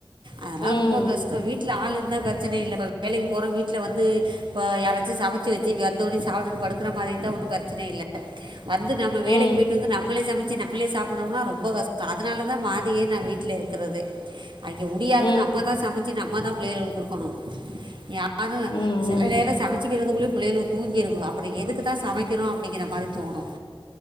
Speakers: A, on the right; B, on the left.
A: அதலா
B: ம்
A: ரொம்ப கஷ்டோ வீட்ல ஆளுர்ந்தா ப்ரச்சனை இல்ல போ வேலைக்கு போற வீட்ல வந்து பா யாராச்சு சமச்சு வச்சி வந்து ஒணே சாப்டுட் படுக்குற மாரி இருந்தா ஒன்னு பெர்ச்சனே இல்ல வந்து நம்ம
B: ம்
A: வேலைக் போய்ட்டுவந்து
B: ம்
A: நம்மளே சம ச்சி நம்மளே சாப்புடும்னா ரொம்ப கஷ்ட அதனாலதா மாதியே நா வீட்ல இருக்குறதே அங்கே உடியாது
B: ம் ம்
A: நம்மதா சமச்சி நம்மதா புள்ளைகளுக் குடுக்கணு யா அதுங்க
B: ம்
A: செல
B: ம்
A: நேர சமச்சிக்கிறது உலும் புள்ளைய்லு தூங்கிருங்க அப்பற எதுக்கு தா சமக்கிறோ அப்டிங்கிற மாரி தோணு